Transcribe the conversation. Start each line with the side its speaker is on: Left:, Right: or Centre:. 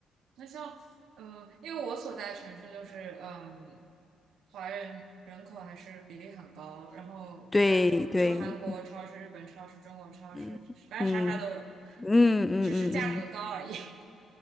Right: 那像嗯、呃因为我所在城市就是嗯、华人人口还是比例很高，然后亚洲就韩国超市、
Left: 对对，
Right: 日本超市、中国超市，
Left: 嗯嗯
Right: 反正啥啥都有，
Left: 嗯嗯嗯嗯，
Right: 只是价格高而已。<laughs>